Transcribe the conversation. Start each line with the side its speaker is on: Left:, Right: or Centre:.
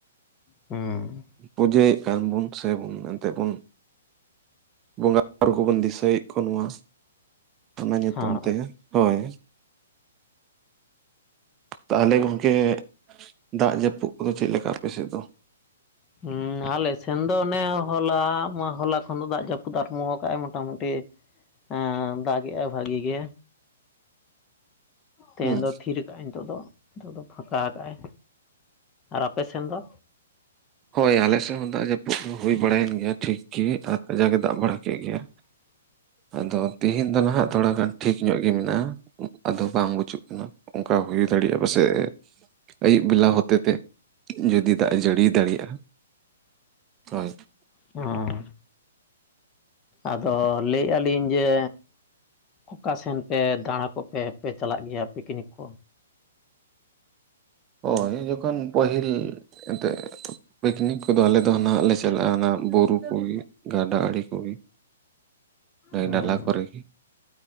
Left: ᱦᱩᱸ
Right: ᱯᱩᱡᱟᱹᱭᱮᱫ ᱠᱟᱱ ᱵᱚᱱ ᱥᱮ ᱵᱚᱱ ᱢᱮᱱᱛᱮ ᱵᱚᱱ ᱵᱚᱸᱜᱟ ᱵᱩᱨᱩ ᱠᱚᱵᱚᱱ ᱫᱤᱥᱟᱹᱭᱮᱫ ᱠᱚᱣᱟ ᱱᱚᱣᱟ ᱚᱱᱟ ᱧᱩᱛᱩᱢ
Left: ᱦᱮᱸ
Right: ᱛᱮ ᱦᱳᱭ ᱛᱟᱦᱚᱞᱮ ᱜᱚᱢᱠᱮ ᱫᱟᱜ ᱡᱟᱹᱯᱩᱫ ᱠᱚᱫᱚ ᱪᱮᱫ ᱞᱮᱠᱟ ᱟᱯᱮᱥᱮᱫ ᱫᱚ
Left: ᱦᱩᱸ ᱟᱞᱮ ᱥᱮᱱ ᱫᱚ ᱚᱱᱮ ᱦᱚᱞᱟ ᱦᱚᱞᱟ ᱠᱷᱚᱱ ᱫᱚ ᱫᱟᱜ ᱡᱟᱹᱯᱩᱫ ᱟᱨᱟᱢᱵᱚ ᱠᱟᱜᱼᱟᱭ ᱢᱚᱴᱟᱢᱩᱴᱤ ᱦᱮᱸ ᱫᱟᱜᱮᱼᱟᱭ ᱵᱷᱟᱜᱤ ᱜᱮ ᱛᱮᱦᱮᱧ
Right: ᱦᱩᱸ
Left: ᱫᱚ ᱛᱷᱤᱨ ᱠᱟᱜᱼᱟᱭ ᱱᱤᱛᱚᱜ ᱫᱚ ᱱᱤᱛᱚᱜ ᱫᱚ ᱯᱷᱟᱠᱟ ᱠᱟᱜᱼᱟᱭ ᱟᱨ ᱟᱯᱮ ᱥᱮᱱ ᱫᱚ
Right: ᱦᱳᱭ ᱟᱞᱮᱥᱮᱫ ᱦᱚᱸ ᱫᱟᱜ ᱡᱟᱹᱯᱩᱫ ᱦᱩᱭ ᱵᱟᱲᱟᱭᱮᱱ ᱜᱮᱭᱟ ᱴᱷᱤᱠ ᱜᱮ ᱟᱨ ᱠᱟᱡᱟᱠᱮ ᱫᱟᱜ ᱵᱟᱲᱟ ᱠᱮᱫ ᱜᱮᱭᱟ
Left: <inaudible>
Right: ᱟᱫᱚ ᱛᱮᱦᱤᱧ ᱫᱚ ᱱᱟᱦᱟᱜ ᱛᱷᱚᱲᱟ ᱜᱟᱱ ᱴᱷᱤᱠ ᱧᱚᱜ ᱜᱮ ᱢᱮᱱᱟᱜᱼᱟ ᱟᱫᱚ ᱵᱟᱝ ᱵᱩᱪᱩᱜ ᱠᱟᱱᱟ ᱚᱱᱠᱟ ᱦᱩᱭ ᱫᱟᱲᱮᱭᱟᱜᱼᱟ ᱯᱟᱥᱮ ᱟᱹᱭᱩᱵ ᱵᱮᱞᱟ ᱦᱚᱛᱮᱛᱮ ᱡᱩᱫᱤ ᱫᱟᱜ ᱮ ᱡᱟᱹᱲᱤ ᱫᱟᱲᱮᱭᱟᱜ ᱦᱳᱭ <unintelligible>
Left: ᱦᱚᱸ ᱟᱫᱚ ᱞᱟᱹᱭᱮᱫᱼᱟ ᱞᱤᱧ ᱡᱮ ᱚᱠᱟ ᱥᱮᱱ ᱯᱮ ᱫᱟᱬᱟ ᱠᱚᱯᱮ ᱪᱟᱞᱟᱜ ᱜᱮᱭᱟ ᱯᱤᱠᱱᱤᱠ ᱠᱚ
Right: ᱦᱳᱭ ᱡᱚᱠᱷᱚᱱ ᱯᱟᱹᱦᱤᱞ ᱮᱱᱛᱮᱫ ᱯᱤᱠᱱᱤᱠ ᱠᱚᱫᱚ ᱟᱞᱮ ᱫᱚ ᱱᱟᱜ ᱞᱮ ᱪᱟᱞᱟᱜᱼᱟ ᱱᱟ ᱵᱩᱨᱩ ᱠᱚᱜᱮ ᱜᱟᱰᱟ ᱟᱲᱮ ᱠᱚᱜᱮ ᱱᱟ.
Left: ᱦᱩᱸ
Right: ᱭ ᱱᱟᱞᱟ ᱠᱚᱨᱮᱜᱮ